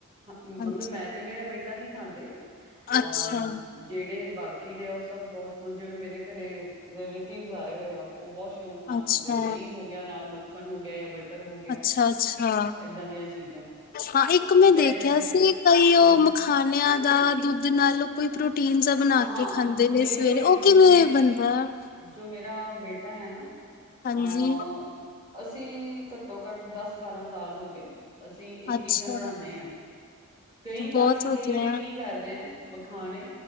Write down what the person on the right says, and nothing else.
ਹ ਮਤਲਬ
ਮੈਂ ਤੇ ਮੇਰਾ ਬੇਟ ਦਾ ਨਹੀਂ ਖਾਂਦੇ ਅਹ
ਜਿਹੜੇ ਬਾਕੀ ਕੀ ਦੇ ਉਹ ਸਭ ਬਹੁਤ ਹੁਣ ਜਿਵੇਂ ਮੇਰੇ ਘਰੇ ਰਿਲੇਟਿਵ ਆਏ ਹੋਏ ਆ। ਉਹ ਬਹੁਤ ਸ਼ੌਕ ਨਾਲ
ਖਾਂਦੇ ਦਹੀਂ ਹੋ ਗਿਆ ਨਾਲ ਮ ਖਣ ਹੋ ਗਿਆ ਹੈ ਬਟ ਤਰ ਹੋ ਗਿਆ
ਏਦਾਂ ਦੀਆਂ ਚੀਜ਼ਾਂ
ਤੇ ਮੇਰਾ
ਹੂੰ
ਹੂੰ
ਹਾਂ
ਮੇਰੇ
ਮੇ
ਜੋ ਮੇਰੇ ਮੇਰਾ ਬੇਟਾ ਆ ਨਾ
ਅ ਅਸੀਂ ਘੱਟੋ-ਘੱਟ ਦਸ ਬਾਰਾਂ ਸਾਲ ਹੋ ਗਏ। ਅਸੀਂ ਇਹ
ਚੀਜ਼ਾਂ ਬਣਾਨੇ ਆ ਕਈ
ਤਾਂ ਅਸੀਂ
ਕਈ ਵਾਰੀ ਕੀ ਕਰਦੇ ਆ, ਮਖਾਣੇ